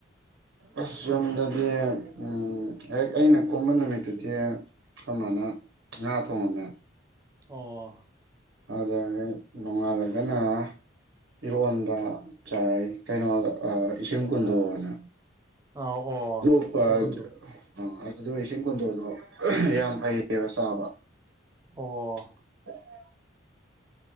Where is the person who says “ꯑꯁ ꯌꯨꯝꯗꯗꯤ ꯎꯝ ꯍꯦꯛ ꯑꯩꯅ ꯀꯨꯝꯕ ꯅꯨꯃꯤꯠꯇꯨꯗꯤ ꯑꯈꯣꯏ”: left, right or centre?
Right